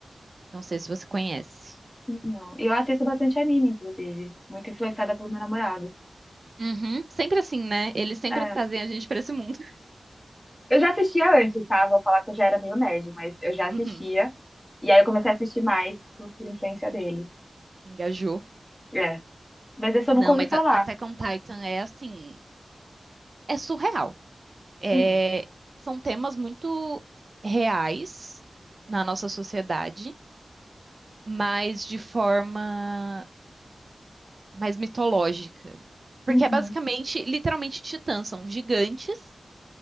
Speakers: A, on the right; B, on the left.
A: Não sei se você conhece.
B: Não. E eu assisto bastante anime, inclusive. Muito influenciada pelo meu namorado.
A: Uhum. Sempre assim, né? Eles sempre
B: É.
A: trazem a gente pra esse mundo. <laughs>
B: Eu já assistia antes, tá? Vou falar que eu já era meio nerd, mas eu já assistia.
A: Uhum.
B: E aí eu comecei a assistir mais por, por influência dele.
A: Engajou.
B: É. Mas esse
A: Não,
B: eu nunca ouvi
A: mas
B: falar.
A: a- Attack on Titan é assim. É surreal. É,
B: Hum.
A: são temas muito reais na nossa sociedade, mas de forma mais mitológica. Porque
B: Uhum.
A: é basicamente, literalmente, titãs, são gigantes